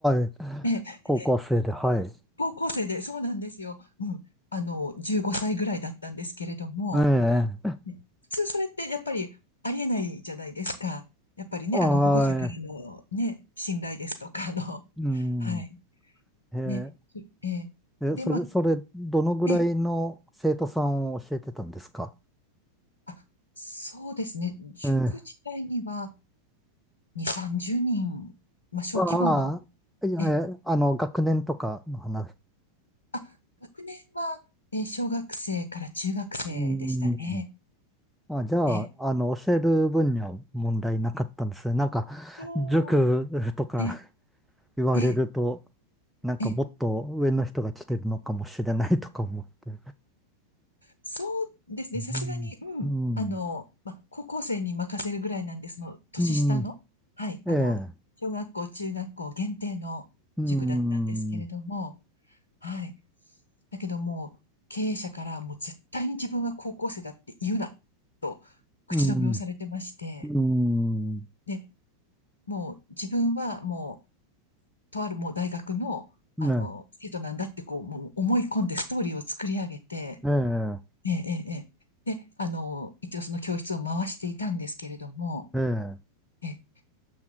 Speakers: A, in the centre; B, on the left.
A: い、
B: え、
A: 高校生で、はい、
B: 高校生で、そうなんですよ。うん。あの、15歳ぐらいだったんですけれども、
A: ええ、
B: ね普通それってやっぱりありえないじゃないですか。やっぱりね、
A: は
B: あの保護者からのね、信頼ですとか、あの、
A: い、うん、
B: <laughs> はい。
A: え
B: ね、えーで、
A: え、え、それ、
B: まあ、
A: それ、どのぐらいの生徒さんを教えてたんですか
B: えー、あ、そうですね。塾自体には
A: ええ、
B: 2、30人、まあ、小規模の、
A: ああ、いや、
B: えー、
A: えあの、学年とかの話
B: あ、学年は、えー小学生から中学生でしたね。
A: うん。あ、じゃあ、
B: えー、
A: あの、教える分には問題なかったんですね。なんか、
B: そう、
A: 塾とか
B: え
A: <laughs> 言われると、
B: ー、え
A: なんかもっと上の人が来てるのかもしれないとか思って。
B: ー、えーそうですね。さすがに、
A: う
B: うん。
A: ん。
B: あの、
A: う
B: ま、高校生に任せるぐらいなんですその、年下の、
A: ん。うん
B: はい、
A: ええ。
B: あの、小学校、中学校限定の塾だったんですけれども、
A: うん。
B: はい。だけどもう、経営者からもう絶対に自分は高校生だって言うな、と口止めをされてまして、
A: うん。うん。
B: で、もう自分はもう、とあるもう大学の、
A: ね。
B: あの、生徒なんだってこう、もう思い込んでストーリーを作り上げて、
A: ええ。
B: ええ、ええ、ええで、あの、一応その教室を回していたんですけれども、
A: ええ。
B: え、